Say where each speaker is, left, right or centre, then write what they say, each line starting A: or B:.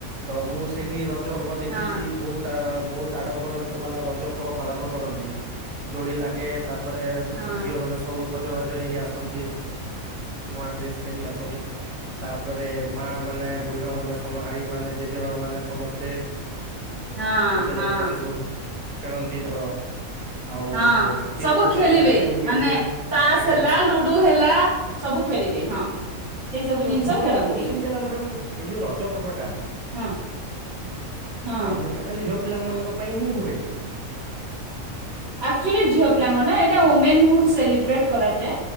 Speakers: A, on the right; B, on the right.
A: ତ ମୁଁ ସେଇଠି ରଜ ପର୍ବ ଦେଖିଚି
B: ହଁ
A: ବୋହୁତ ତା ବୋହୁତ ଆଡମ୍ବରରେ ସେମାନେ ରଜ ପର୍ବ ପାଳନ କରନ୍ତି। ଦୋଳି ଲାଗେ ତା ତାପରେ
B: ହଁ
A: ଝିଅ ମାନେ ସବୁ ସଜବାଜ ହେଇକି ଆସନ୍ତି। ନୂଆ ଡ୍ରେସ ପିନ୍ଧିକି ଆସନ୍ତି। ତାପରେ ମା ମାନେ ବୁଢୀ ମା ମାନେ ସମ ଆଈ ମାନେ ଜେଜେମା ମାନେ ସମସ୍ତେ
B: ହଁ
A: ଗୋଟେ
B: ହଁ
A: ଜଣକ ପରେ ସବୁ ଖେଳନ୍ତି ତାଙ୍କର। ଆଉ
B: ହଁ
A: କି
B: ସବୁ
A: ଛୋଟ
B: ଖେଳିବେ
A: ମୋଟ ଗେମ୍ ବି
B: ମାନେ
A: ହୁଏ।
B: ତାସ୍
A: ଆଜ୍ଞା
B: ହେଲା ଲୁଡୁ ହେଲା। ସବୁ ଖେଲିବେ ହଁ। ସେଇ ସବୁ
A: ତ
B: ଜିନିଷ
A: ମୋର
B: ଖେଳନ୍ତି
A: ଗୋଟେ କୋଶ୍ଚିନ ଥିଲା ମ୍ୟାଡାମ୍ ଏଇ ଯୋଉ ରଜ ପର୍ବଟା
B: ହଁ ହଁ।
A: ଆଉ ମୁଖ୍ୟ ଖାଲି ଝିଅ ପିଲାମାନଙ୍କ ପାଇଁ ହିଁ ହୁଏ।
B: ଆକଚୁଏଲି ଝିଅ ପିଲାଙ୍କରନା ଏଇଟା ଓମେନହୁଡ୍ ସେଲିବ୍ରେଟ କରାଯାଏ।